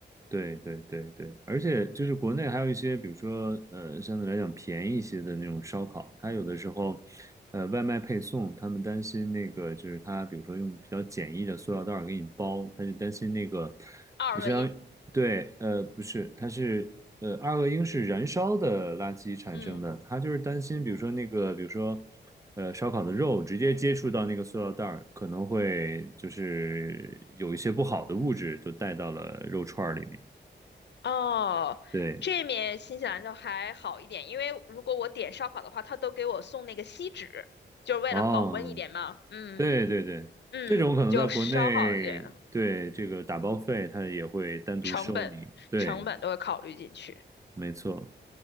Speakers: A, on the right (about 15°); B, on the left (about 70°).
A: 对对对对，而且就是国内还有一些，比如说呃，相对来讲便宜一些的那种烧烤，它有的时候，呃，外卖配送，他们担心那个就是它，比如说用比较简易的塑料袋儿给你包，他就担心那个，
B: 二恶因，
A: 就相当于对，呃，不是，它是呃，二恶英是燃烧的垃圾产生的，
B: 嗯，
A: 他就是担心，比如说那个，比如说。呃，烧烤的肉直接接触到那个塑料袋儿，可能会就是有一些不好的物质就带到了肉串儿里面。
B: 哦，
A: 对，
B: 这面新西兰就还好一点，因为如果我点烧烤的话，他都给我送那个锡纸，就是为了保温一点嘛。
A: 啊，
B: 嗯
A: 对对对，
B: 嗯，
A: 这种可能在国内，
B: 就稍好一点，
A: 对，这个打包费它也会单独收你。
B: 成本成本都会考虑进去。
A: 对，没错。